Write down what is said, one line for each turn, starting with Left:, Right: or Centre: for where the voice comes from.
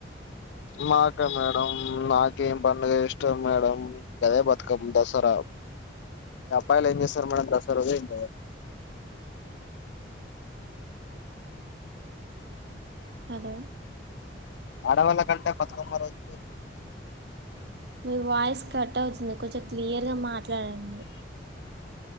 Left: మాకా మేడం నాకేం పండుగ ఇష్టం మేడం అదే బతకమ్మ దసరా అబ్బాయిలు ఏం చేస్తారు మేడం దసర రోజు ఇంగ
Right: హలో
Left: ఆడవాళ్ళ కంటే బతకమ్మరోజు
Right: మీ వాయిస్ కట్ అవుతుంది కొంచెం క్లియర్ గా మాట్లాడండి